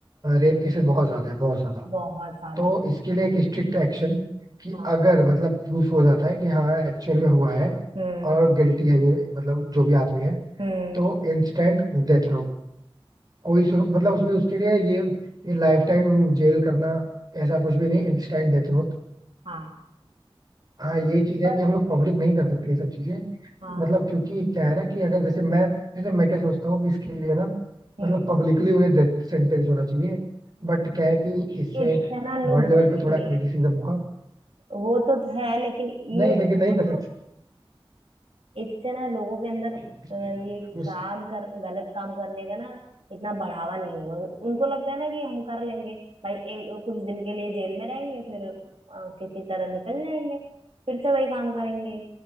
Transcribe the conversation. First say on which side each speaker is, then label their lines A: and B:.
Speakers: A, on the right; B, on the right.
A: रेप केसेस बहुत ज्यादा है बहुत ज्यादा
B: बहुत ज्यादा
A: तो इसके लिए एक स्ट्रिक्ट एक्शन कि
B: हाँ
A: अगर मतलब प्रूफ हो जाता है कि हाँ एक्चुअल में हुआ है
B: हम्म
A: और गिल्टी है ये मतलब जो भी आदमी है
B: हम्म
A: तो इंस्टेंट डेथ कोई सुन मतलब उसमें उसके लिए ये ये लाइफ टाइम जेल करना ऐसा कुछ भी नहीं इंस्टेंट डेथ नोट
B: हाँ
A: हाँ ये चीज है
B: बस
A: कि हम लोग पब्लिक नहीं कर सकते ये सब चीजें
B: हाँ
A: मतलब क्योंकि क्या है ना कि अगर जैसे मैं जैसे मैं क्या सोचता हूँ कि इसके लिए ना
B: हम्म,
A: मतलब पब्लिकली उन्हें डेथ सेंटेंस होना चाहिए बट क्या है कि इससे
B: इससे ना
A: वर्ल्ड
B: लोग
A: लेवल
B: डरेंगे
A: पे थोड़ा क्रिटिसिज्म हुआ
B: वो तो है लेकिन ये
A: नहीं
B: है ना
A: लेकिन नहीं कर
B: तो इससे ना लोगों के अंदर
A: सकते
B: अ, ये
A: उस
B: काम कर गलत काम करने का ना इतना बढ़ावा नहीं होगा उनको लगता है ना कि हम कर लेंगे भाई एक कुछ दिन के लिए जेल में रहेंगे फिर अ, किसी तरह निकल जाएंगे फिर से वही काम करेंगे